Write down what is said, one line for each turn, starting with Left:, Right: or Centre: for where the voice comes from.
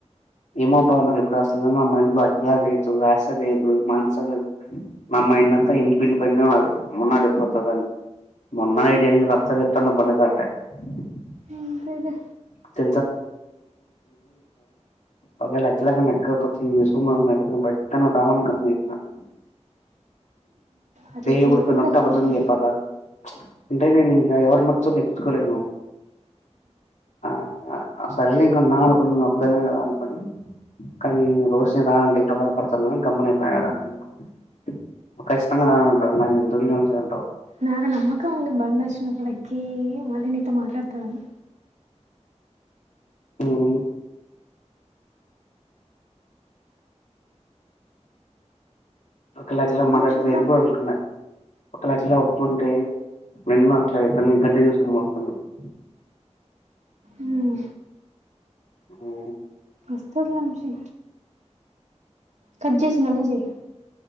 Left: ఏమో పవను ఎప్పుడు వస్తానో మా మైండ్ లో అకిలా లేదు వేస్య లేదు మానస లేదు నా మైండ్ అంతా ఇన్ఫిల్ పైన ఉన్నది మున్నాడిపోతదం మున్నాడి ఏం రసగిట్టల బందాక <unintelligible>
Right: అంతేలే
Left: <unintelligible> ఒకవేళ అజ్లగా నక్కకపోచ్చ బట్టను రావ కమ్ <unintelligible>
Right: అట్లా
Left: దేవుడి
Right: చేయకూడదులే
Left: పైన ఒట్టు అబద్దం
Right: వంశీ
Left: చెప్పాలా అంటే నేను ఇంకా ఎవరి మొత్తం నెచుకోలేను ఆ <unintelligible> సరేలే ఇంక అన్న అనుకోని నే ఒక్క దాన్నే రా అనుకోని కానీ రోజునే రాాలంటే ఇంకా బాధపడతారు కదా గమ్మనపోడ <unintelligible> కఖష్టంగా <unintelligible> ఉంటారు నా ఎందుతువుల నుంచి ఉంటాారు
Right: నాకు నమ్మకం వుంది బండి వచ్చినపుడు ఎక్కి మళ్ళీ నీతో మాట్లాడత దని
Left: ఉం ఒక లక్షలా
Right: ఏమో
Left: మాట్లాడుత
Right: చూద్దాం
Left: ఇది కూడా అనుకున్న ఒక లక్షలా ఒప్పుంటే నెన్ను ఆ ఆయితను గంటే తీసుకొ మతాను <unintelligible>
Right: ఉం
Left: బో
Right: వస్తదిలే వంశీ కట్ చేసి మళ్లీ చెయ్